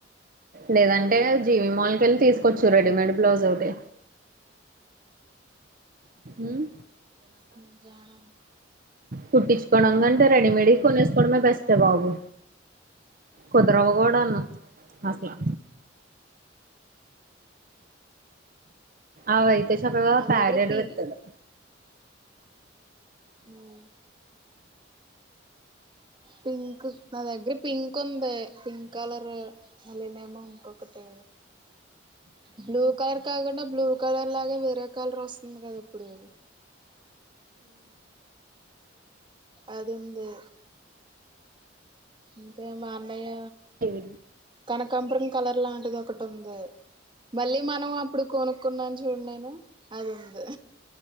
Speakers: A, on the right; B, on the right.
A: లేదం డెనెర్జి మేము మాల్కెళ్ళి తీసుకోచ్చు రెడీమేడ్ బ్లౌజ్ ఒకటి ఉమ్
B: ఉమ్ జాన్
A: కుట్టించుకోవడం కంటే రెడీమేడ్ కొనేసుకోవడమే బెస్ట్ అంతే బాబు కుదరవకూడాను అట్లా అవయితే చక్కగా
B: నా
A: ప్యాడడు
B: దగ్గర పి
A: వెత్తలు
B: ఉమ్ పింక్ నా దగ్ మరి పింక్ ఉంది పింక్ కలర్ మళ్ళనే ఏమో ఇంకొకటి బ్లూ కలర్ కాకుండా బ్లూ కలర్ లాగే వేరే కలర్ వస్తుంది కద ఇప్పుడు అది ఇ ఇంకేం మా అన్నయ్య
A: ఇవి
B: కనకాంబ్రన్ కలర్ లాంటిది ఒకటి ఉంది మళ్ళీ మనం అప్పుడు కొనుక్కున్నాం చూడండి నేను అది ఉంది